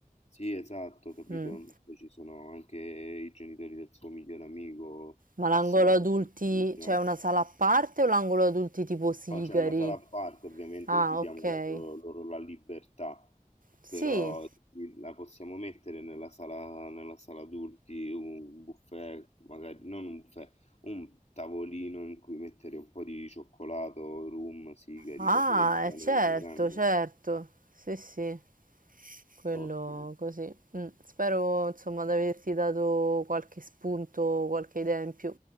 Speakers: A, on the left; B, on the right.
A: sì, esatto, capito?
B: Mm.
A: Poi ci sono anche i genitori del suo migliore amico
B: Ma l'angolo
A: che sono
B: adulti
A: veramente vicinanza.
B: c'è una sala a parte o l'angolo adulti tipo sigari?
A: No, c'è una sala a parte ovviamente
B: Ah,
A: così diamo
B: ok.
A: la loro loro la libertà.
B: Sì.
A: però sì, la possiamo mettere nella sala, nella sala adulti, un buffet, magari non un buffet, un tavolino in cui mettere un po' di cioccolato, rum, sigari,
B: Ah,
A: cose del genere
B: eh, certo,
A: da grandi.
B: certo. Sì, sì. Quello
A: Ottimo.
B: così. Mm. Spero, insomma, di averti dato qualche spunto, qualche idea in più.